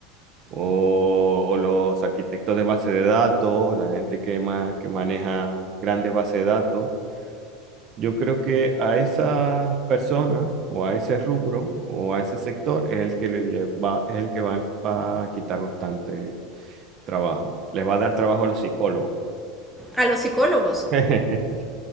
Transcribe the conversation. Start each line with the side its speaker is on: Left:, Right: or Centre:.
Right: o, o los arquitectos de base de datos, la gente que, ma- que maneja grandes bases de datos, yo creo que a esas personas o a ese rubro o a ese sector es el que le, le va, es el que va, va a quitar bastante trabajo. Les va a dar trabajo a los psicólogos.
Centre: A los psicólogos.
Right: <laughs>